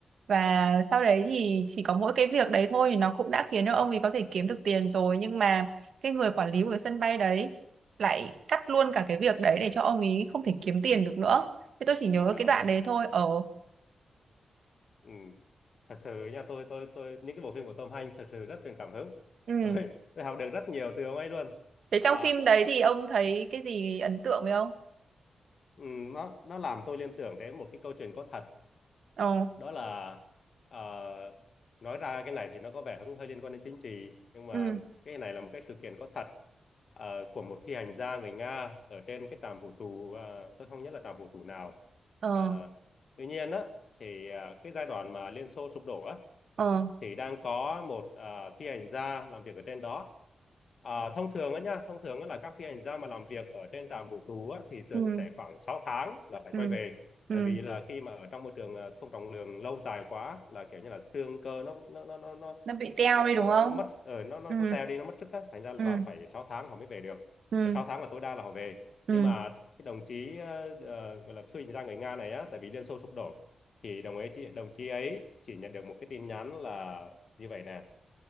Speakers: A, on the right; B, on the left.
A: và sau đấy thì chỉ có mỗi cái việc đấy thôi thì nó cũng đã khiến cho ông ấy có thể kiếm được tiền rồi nhưng mà cái người quản lý của cái sân bay đấy lại cắt luôn cả cái việc đấy để cho ông ấy không thể kiếm tiền được nữa thế tôi chỉ nhớ
B: à
A: cái đoạn đấy thôi ờ
B: ừ thật sự nha tôi tôi tôi những cái bộ phim của Tom Hanks thật sự rất truyền cảm hứng <laughs>
A: ừ
B: tôi tôi học được rất nhiều từ ông ấy luôn
A: thế
B: à,
A: trong phim đấy thì ông thấy cái gì ấn tượng với ông
B: ừ, nó nó làm tôi liên tưởng đến một cái câu chuyện có thật
A: Ờ.
B: đó là ờ, nói ra cái này thì nó có vẻ cũng hơi liên quan đến chính trị nhưng mà
A: Ừ.
B: cái này là một cái sự kiện có thật ờ, của một phi hành gia người Nga ở trên cái trạm vũ trụ ờ, tôi không nhớ là trạm vũ trụ nào
A: ờ.
B: Ờ, tuy nhiên á thì ờ, cái giai đoạn mà Liên Xô sụp đổ á
A: ờ
B: thì đang có một ờ, phi hành gia làm việc ở trên đó Ờ, thông thường á nhá thông thường á là các phi hành gia mà làm việc ở trên trạm vũ trụ á, thì thường
A: ừ
B: sẽ khoảng 6 tháng là phải
A: ừ
B: quay về
A: ừ
B: tại vì là khi mà ở trong môi trường ờ, không trọng lượng lâu dài quá là kiểu như là xương cơ nó nó nó nó nó
A: nó bị teo
B: nó nó,
A: đi
B: nó
A: đúng không
B: nó mất ở nó nó
A: ừ
B: nó teo đi nó mất sức á thành ra
A: ừ
B: là phải 6 tháng họ mới về được
A: ừ
B: Ờ, 6 tháng là tối đa là họ về
A: ừ
B: nhưng mà cái đồng chí ờ, ờ, gọi là phi hành gia người Nga này á tại vì Liên Xô sụp đổ thì đồng ấy chị đồng chí ấy chỉ nhận được một cái tin nhắn là như vậy nè